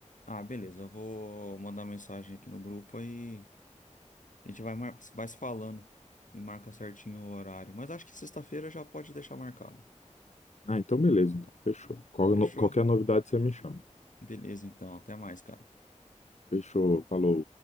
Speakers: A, on the left; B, on the left.
A: Ah, beleza, eu vou mandar mensagem aqui no grupo aí. A gente vai, mar... vai se falando e marca certinho o horário. Mas acho que sexta-feira já pode deixar marcado.
B: Ah, então beleza, então fechou. Qual-
A: Fechou?
B: no- qualquer novidade você me chama.
A: Beleza, então. Até mais, cara.
B: Fechou, falou.